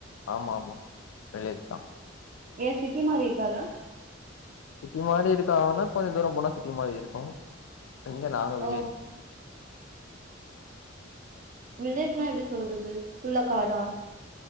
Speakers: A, on the left; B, on the right.
A: ஆமா ஆமா வில்லேஜ்தா
B: ஏ சிட்டி மாரி இருக்காதா
A: சிட்டி மாரி இருக்கா ஆனா கொஞ்சோ தூரம் போனா சிட்டி மாரி இருக்கு இங்க நாங்க வில்லேஜ்
B: ஓ வில்லேஜ்னா எப்பிடி சொல்றது ஃபுல்லா காடா